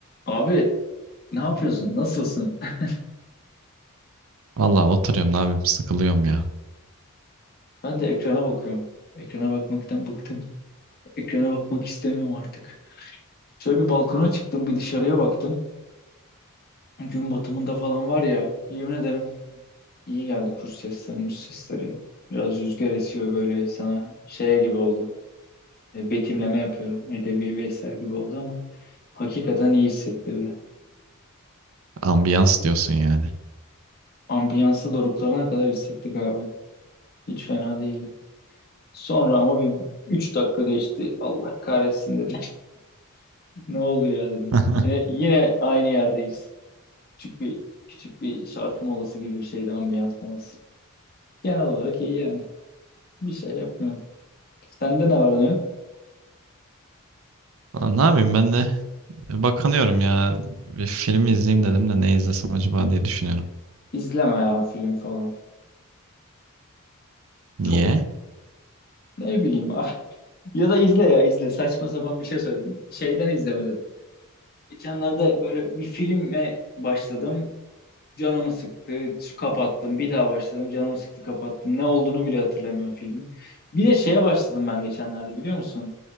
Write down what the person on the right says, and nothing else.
Valla oturuyorum ne yapayım sıkılıyorum ya.
Ambiyans diyorsun yani.
<laughs>
Valla Ne yapayım ben de e, bakınıyorum ya. Bir film izleyeyim dedim de ne izlesem acaba diye düşünüyorum.
Niye?